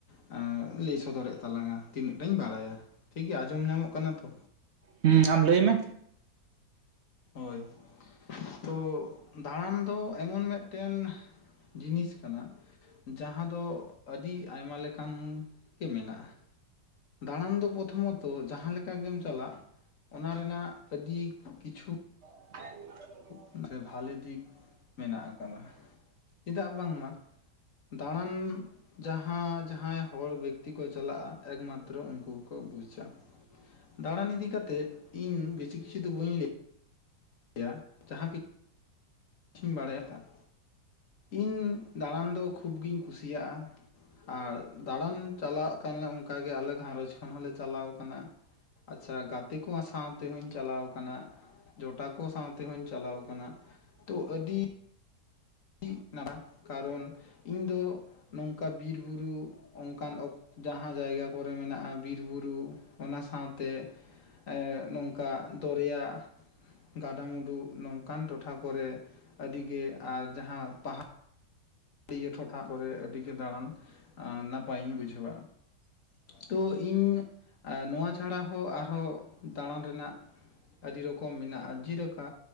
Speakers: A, on the left; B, on the right.
A: ᱮᱸ ᱞᱟᱹᱭ ᱥᱚᱫᱚᱨᱮᱜ ᱛᱟᱞᱟᱝᱟ ᱛᱤᱱᱟᱹᱜ ᱴᱟᱧ ᱵᱹᱟᱲᱟᱭᱟ, ᱴᱷᱤᱠᱜᱮᱭᱟ ᱟᱸᱡᱚᱢ ᱧᱟᱢᱚᱜ ᱠᱟᱱᱟ ᱛᱚ?
B: ᱦᱩᱸ ᱟᱢ ᱞᱟᱹᱭ ᱢᱮ᱾
A: ᱦᱳᱭ ᱛᱚ ᱫᱟᱬᱟᱱ ᱫᱚ ᱮᱢᱚᱱ ᱢᱮᱫᱴᱮᱱ ᱡᱤᱱᱤᱥ ᱠᱟᱱᱟ, ᱡᱟᱦᱟᱸ ᱫᱚ ᱟᱹᱰᱤ ᱟᱭᱢᱟ ᱞᱮᱠᱟᱱ ᱜᱮ ᱢᱮᱱᱟᱜᱼᱟ᱾ ᱫᱟᱬᱟᱱ ᱫᱚ ᱯᱨᱚᱛᱷᱚᱢᱚᱛᱚ ᱡᱟᱦᱟᱸ ᱞᱮᱠᱟ ᱜᱮᱢ ᱪᱟᱞᱟᱜ ᱚᱱᱟ ᱨᱮᱱᱟᱜ ᱟᱹᱰᱤ ᱠᱤᱪᱷᱩ
B: ᱦᱮ <unintelligible>
A: ᱦᱮᱸᱥᱮ ᱵᱷᱟᱞᱮ ᱫᱤᱠ ᱢᱮᱱᱟᱜ ᱠᱟᱫᱟ, ᱪᱮᱫᱟᱜ ᱵᱟᱝᱢᱟ ᱫᱟᱬᱟᱱ ᱡᱟᱦᱟᱸ ᱡᱟᱦᱟᱸᱭ ᱦᱚᱲ ᱵᱮᱠᱛᱤ ᱠᱚ ᱪᱟᱞᱟᱜᱼᱟ ᱮᱠᱢᱟᱛᱨᱚ ᱩᱝᱠᱩ ᱠᱚ ᱵᱩᱪᱟ᱾ ᱫᱟᱬᱟᱱ ᱤᱫᱤ ᱠᱟᱛᱮᱫ ᱤᱧ ᱵᱮᱥᱤ ᱠᱤᱪᱷᱩ ᱫᱚ ᱵᱟᱹᱧ ᱞᱮ ᱭᱟ ᱡᱟᱦᱟᱸ ᱠᱤ ᱪᱷᱩᱧ ᱵᱟᱲᱟᱭ ᱠᱟᱜ, ᱤᱧ ᱫᱟᱬᱟᱱ ᱫᱚ ᱠᱷᱩᱵ ᱜᱤᱧ ᱠᱩᱥᱤᱭᱟᱜᱼᱟ ᱟᱨ ᱫᱟᱬᱟᱱ ᱪᱟᱞᱟᱜ ᱠᱟᱱᱟ ᱚᱝᱠᱟ ᱜᱮ ᱟᱞᱮ ᱜᱷᱟᱸᱨᱚᱸᱡᱽ ᱠᱷᱚᱱ ᱦᱚᱸᱞᱮ ᱪᱟᱞᱟᱣ ᱠᱟᱱᱟ, ᱟᱪᱪᱷᱟ ᱜᱟᱛᱮ ᱠᱚ ᱥᱟᱶ ᱛᱮᱦᱚᱧ ᱪᱟᱞᱟᱣ ᱠᱟᱱᱟ᱾ ᱡᱚᱴᱟ ᱠᱚ ᱥᱟᱶ ᱛᱮᱦᱚᱧ ᱪᱟᱞᱟᱣ ᱠᱟᱱᱟ, ᱛᱚ ᱟᱹᱰᱤ ᱤᱜ <unintelligible> ᱠᱟᱨᱚᱱ ᱤᱧ ᱫᱚ ᱱᱚᱝᱠᱟ ᱵᱤᱨ ᱵᱩᱨᱩ ᱚᱝᱠᱟᱱ ᱚᱠᱛᱚ ᱡᱟᱦᱟᱸ ᱡᱟᱭᱜᱟ ᱠᱚᱨᱮ ᱢᱮᱱᱟᱜ-ᱟ ᱵᱤᱨ ᱵᱩᱨᱩ ᱚᱱᱟ ᱥᱟᱶᱛᱮ ᱮᱸᱜ ᱱᱚᱝᱠᱟ ᱫᱚᱨᱭᱟ ᱜᱟᱰᱟ ᱢᱩᱰᱩ ᱱᱚᱝᱠᱟᱱ ᱴᱚᱴᱷᱟ ᱠᱚᱨᱮ, ᱟᱹᱰᱤᱜᱮ ᱟᱨ ᱡᱟᱦᱟᱸ ᱯᱟᱦᱟ ᱲᱤᱭᱟ. ᱴᱚᱴᱷᱟ ᱠᱚᱨᱮ ᱟᱹᱰᱤ ᱜᱮ ᱫᱟᱬᱟᱱ ᱟᱸ ᱱᱟᱯᱟᱭ ᱤᱧ ᱵᱩᱡᱷᱟᱹᱣᱟ᱾ ᱛᱚ ᱤᱧ ᱟ ᱱᱚᱣᱟ ᱪᱷᱟᱲᱟ ᱦᱚᱸ ᱟᱨᱦᱚᱸ ᱫᱟᱬᱟᱱ ᱨᱮᱱᱟᱜ ᱟᱹᱰᱤ ᱨᱚᱠᱚᱢ ᱢᱮᱱᱟᱜᱼᱟ, ᱡᱤᱞᱮᱠᱟ